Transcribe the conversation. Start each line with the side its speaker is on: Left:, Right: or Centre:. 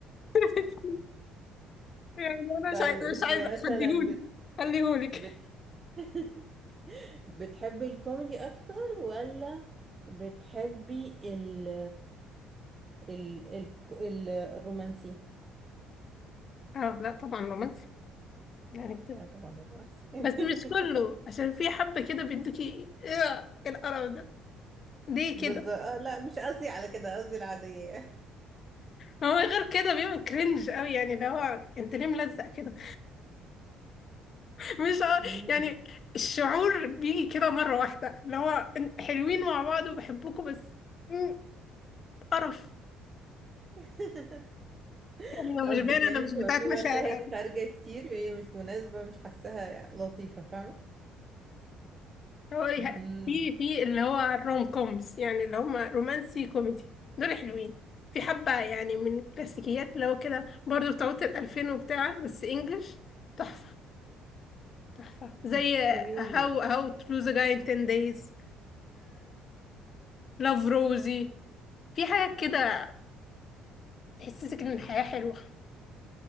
Left: <laughs> يعني انا مش
Right: طيب
Left: عايزة
Right: انت
Left: مش عايزة
Right: مثلا
Left: خديهولي
Right: بت...
Left: خليهولك
Right: بت... <laughs> بتحبي الكوميدي اكتر ولا بتحبي ال ال ال ال- الرومانسي
Left: اه لا طبعا رومانسي يعني
Right: لا طبعا الرومانسي <laughs>
Left: بس مش كله عشان في حبة كده بيدوكي ايه القرف ده ليه
Right: بس
Left: كده
Right: آه، لا مش قصدي على كده قصدي العادية
Left: ما هو غير كده بيبقوا كرنج قوي يعني اللي هو انت ليه ملزق كده <laughs> مش ع-
Right: مم.
Left: يعني الشعور بيجي كده مرة واحدة اللي هو إن- حلوين مع بعض وبحبكم بس مم، قرف
Right: <laughs>
Left: يعني لو مش
Right: قصدك
Left: باين انا
Right: يعني
Left: مش
Right: بتبقى
Left: بتاعت
Right: في
Left: مشاعر
Right: مشاهد
Left: قوي
Right: خارجة كتير وهي مش مناسبة مش حاساها لطيفة فاهمة
Left: هو يه-
Right: مهم.
Left: في في اللي هو الروم كومز يعني اللي هما رومانسي كوميدي دول حلوين في حبة يعني من الكلاسيكيات اللي هو كده برضه بتاعت الألفين وبتاع بس إنجلش تحفة تحفة زي
Right: اوكي
Left: هاو هاو to lose a guy in 10 days لاف روزي في حاجة كده تحسسك إن الحياة حلوة